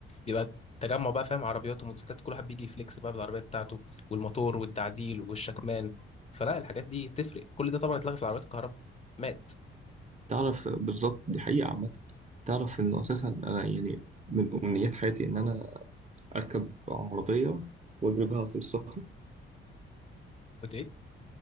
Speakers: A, on the left; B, on the right.
A: بيبقى تجمع بقى فاهم عربيات وموتوسيكلات كل واحد بيجي يفليكس بقى بالعربية بتاعته والموتور والتعديل والشكمان فلا الحاجات دي تفرق كل ده طبعا اتلغى في العربيات الكهرباء مات
B: تعرف بالظبط دي حقيقه عامه تعرف انه اساسا انا يعني من امنيات حياتي ان انا اركب عربيه واجري بيها على طريق السخنه
A: قلت ايه